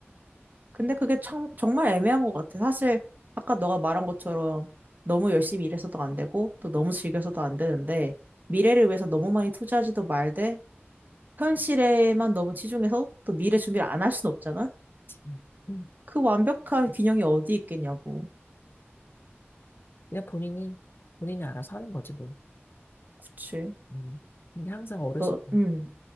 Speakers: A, on the right; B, on the left.
A: 근데 그게 참, 정말 애매한 것 같아. 사실, 아까 너가 말한 것처럼 너무 열심히 일해서도 안 되고, 또 너무 즐겨서도 안 되는데, 미래를 위해서 너무 많이 투자하지도 말되, 현실에만 너무 치중해서 또 미래 준비를 안 할 순 없잖아?
B: 음. 음.
A: 그 완벽한 균형이 어디 있겠냐고.
B: 그냥 본인이, 본인이 알아서 하는 거지, 뭐.
A: 그치.
B: 음. 근데 항상 어르신,
A: 너, 음,